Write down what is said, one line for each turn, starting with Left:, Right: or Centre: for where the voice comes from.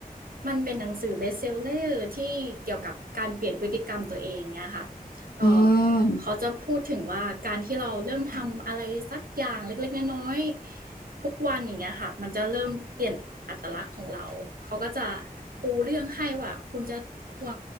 Right: มันเป็นหนังสือเบสเซลเลอร์ที่เกี่ยวกับการเปลี่ยนพฤติกรรมตัวเองเนี่ยค่ะก็
Left: อืม
Right: เขาจะพูดถึงว่าการที่เราเริ่มทำอะไรสักอย่างเล็กๆน้อยๆทุกวันอย่างเงี้ยค่ะมันจะเริ่มเปลี่ยนอัตลักษณ์ของเราเขาก็จะปูเรื่องให้ว่าคุณจะควร